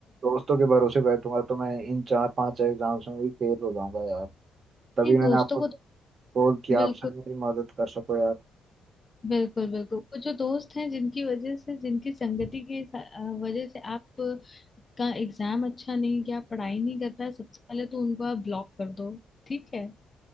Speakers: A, on the right; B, on the left.
A: दोस्तों के भरोसे बैठूंगा तो मैं इन चार पांच एग्जाम्स में भी फेल हो जाऊंगा यार तभी
B: नहीं
A: मैंने
B: दोस्तों
A: आपको
B: को
A: कॉल किया
B: बिल्कुल
A: आप सर मेरी मदद कर सको यार
B: बिल्कुल बिल्कुल वो जो दोस्त हैं जिनकी वजह से जिनकी संगति के सा- अ, वजह से आप का एग्जाम अच्छा नहीं गया पढ़ाई नहीं कर पाए सबसे पहले तो उनको आप ब्लॉक कर दो ठीक है